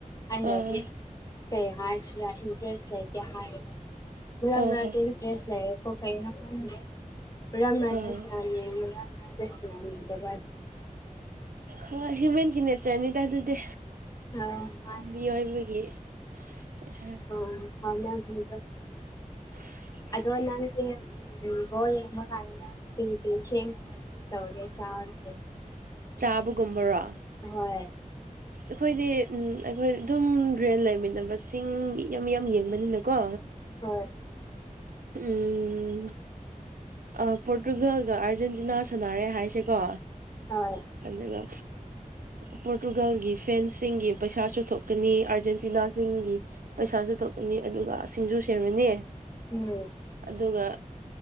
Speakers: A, on the left; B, on the right.
A: ꯑꯩꯅꯗꯤ
B: ꯑꯥ
A: ꯀꯩ ꯍꯥꯏꯔꯁꯨ ꯂꯥꯛꯏꯅꯤ ꯗ꯭ꯔꯦꯁ ꯂꯩꯇꯦ ꯍꯥꯏꯔ ꯃꯔꯥ
B: ꯑꯥ
A: ꯃꯔꯥꯗꯤ
B: ꯍꯣꯏ
A: ꯗ꯭ꯔꯦꯁ ꯂꯩꯔꯦꯀꯣ ꯀꯦ ꯔꯝ ꯔꯥꯖꯁ
B: ꯑꯥ
A: ꯅꯅꯤ ꯔ ꯔꯥꯖꯁ ꯅꯅꯥꯗꯒ
B: ꯍꯣꯏ ꯍ꯭ꯌꯨꯃꯦꯟꯒꯤ ꯅꯦꯆꯔꯅꯤꯗ ꯑꯗꯨꯗꯤ
A: ꯑꯥ ꯃꯥꯅꯦ
B: ꯃꯤꯑꯣꯏꯕꯒꯤ ꯀꯩ ꯍꯥꯏꯔ
A: ꯑ ꯐꯅꯕꯤꯗꫭ
B: <inaudible>
A: ꯑꯗꫭ ꯅꯪꯗꯤ ꯎꯝ ꯕꫭꯜ ꯌꯦꯡꯕ ꯀꯥꯟꯗ ꯀꯩ ꯀꯩ ꯁꯦꯝ ꯑꯗꯨꯝ ꯇꯧꯔꯦ ꯆꯥ ꯔꯒꯦ
B: ꯆꯥꯕꯒꯨꯝꯕꯔꯣ
A: ꯍꯣꯏ
B: ꯑꯩꯈꯣꯏꯗꯤ ꯎꯝ ꯑꯩꯈꯣꯏ ꯑꯗꯨꯝ ꯔꯦꯟ ꯂꯩꯃꯤꯟꯅꯕꯁꯤꯡ ꯃꯌꯥꯝ ꯃꯌꯥꯝ ꯌꯦꯡꯕꯅꯤꯅꯀꯣ
A: ꯍꫭꯏ
B: ꯎꯝ ꯑꯥ ꯄꯣꯔꯇꯨꯒꯜꯒ ꯑꯥꯔꯖꯦꯟꯇꯤꯅꯥ ꯁꯥꯟꯅꯔꯦ ꯍꯥꯏꯁꯦꯀꯣ
A: ꯍꯣꯏ
B: ꯑꯗꯨꯒ ꯄꯣꯔꯇꯨꯒꯥꯜꯒꯤ ꯐꯦꯟꯁꯁꯤꯡꯒꯤ ꯄꯩꯁꯥꯁꯨ ꯊꯣꯛꯀꯅꯤ ꯑꯥꯔꯖꯦꯟꯇꯤꯅꯥꯁꯤꯡꯒꯤ ꯄꯩꯁꯥꯁꯨ ꯊꯣꯛꯂꯅꯤ ꯑꯗꯨꯒ ꯁꯤꯡꯖꯨ ꯁꯦꯝꯃꯅꯤ
A: ꯎꯝ
B: ꯑꯗꯨꯒ